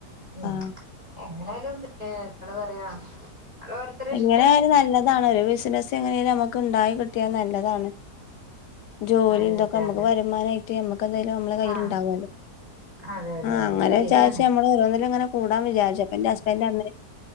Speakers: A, on the right; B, on the left.
A: മ് ഏ
B: ആഹ്
A: എങ്ങനായാലും <unintelligible> പറയാ അത് ഓരോരുത്തരെ
B: എങ്ങനെയായാലും
A: ഇഷ്ടാ
B: നല്ല അതാണ് ഒരു ബസിനസ് എങ്ങനേലും നമുക്ക് ഉണ്ടായി കിട്ടിയന്ന ല്ലതാണ് ജോലിതൊക്കെ
A: അതെ അതെ
B: നമുക്ക്
A: അതെ
B: വരുമാനായി റ്റി മ്മ ക്കെന്തേലും നമ്മളെ കയ്യിലുണ്ടാവല്ലോ
A: ആഹ് അതെ അതെ
B: ആ
A: അതെ
B: അങ്ങനെ
A: ശരിയാണ്
B: വിചാരിച്ച് നമ്മള് <unintelligible> അങ്ങനെ കൂടാം വിചാരിച്ചു അപ്പ ന്റെ ഹസ്ബൻഡ് റഞ്ഞത്